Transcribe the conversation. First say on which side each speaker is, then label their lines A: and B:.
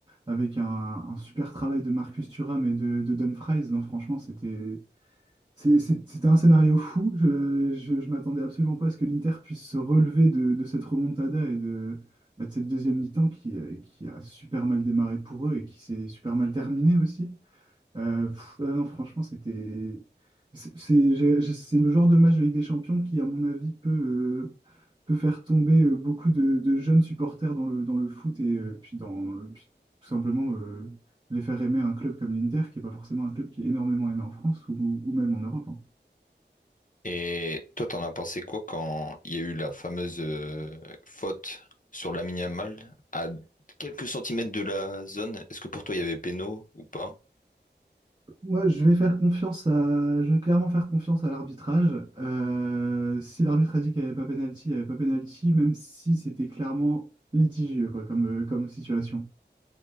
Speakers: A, on the right (about 25°); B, on the left (about 45°).
A: avec un, un super travail de Marcus Thuram et de, de Dumfries. Non, franchement, c'était c'est- c'est- c'était un scénario fou. Je, je, je m'attendais absolument pas à ce que l'Inter puisse se relever de, de cette remontada et de, bah, de cette deuxième mi-temps qui, euh, qui a super mal démarré pour eux et qui s'est super mal terminée aussi. Euh, pff, ah non, franchement, c'était. C'est c'est- j'ai- j'ai- c'est le genre de match de Ligue des Champions qui, à mon avis, peut, euh, peut faire tomber euh, beaucoup de, de jeunes supporters dans le, dans le foot et euh, puis, dans, euh, puis tout simplement euh, les faire aimer un club comme l'Inter, qui n'est pas forcément un club qui est énormément aimé en France ou, ou même en Europe. hein.
B: Et toi, t'en as pensé quoi quand il y a eu la fameuse euh, faute sur Lamine Yamal à quelques centimètres de la zone? Est-ce que pour toi, il y avait péno ou pas?
A: Moi, je vais faire confiance à, je vais clairement faire confiance à l'arbitrage. Euh, si l'arbitre a dit qu'il n'y avait pas pénalty, il n'y avait pas pénalty, même si c'était clairement litigieux quoi, comme, euh, comme situation.